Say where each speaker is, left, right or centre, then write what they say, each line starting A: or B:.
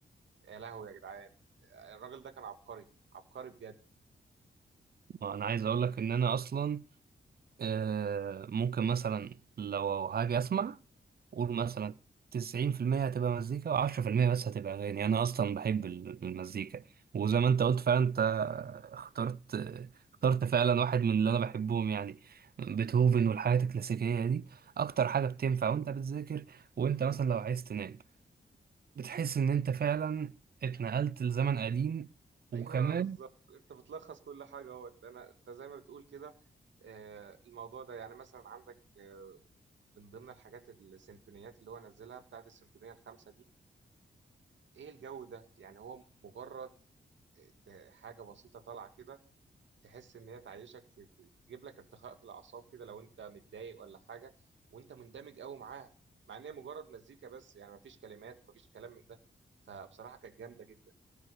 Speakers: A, on the right (about 80°); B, on the right (about 55°).
A: يا لهوي يا جدعان الراجل ده كان عبقري عبقري بجد
B: ما أنا عايز أقولك إن أنا أصلا آه، ممكن مثلا لو هاجي أسمع قول مثلا تسعين في المية هتبقى مزيكا وعشرة في المية بس هتبقى أغاني أنا أصلا بحب ال- المزيكا وزي ما أنت قلت فعلا أنت اخترت اخترت فعلا واحد من اللي أنا بحبهم يعني بيتهوفن والحاجات الكلاسيكية دي أكتر حاجة بتنفع وأنت بتذاكر وأنت مثلا لو عايز تنام بتحس إن أنت فعلا اتنقلت لزمن قديم وكمان
A: ايوه بالظبط انت بتلخص كل حاجة اهوت انا انت زي ما بتقول كده آه، الموضوع ده يعني مثلا عندك آه، من ضمن الحاجات السيمفونيات اللي هو نزلها بتاعت السيمفونية الخامسة دي ايه الجو ده يعني هو مجرد ت- حاجه بسيطه طالعه كده تحس ان هي تعيشك في, في تجيب لك ارتخاء في الاعصاب كده لو انت متضايق ولا حاجه وانت مندمج قوي معاها مع ان هي مجرد مزيكا بس يعني مفيش كلمات ومفيش كلام من ده فبصراحه كانت جامده جدا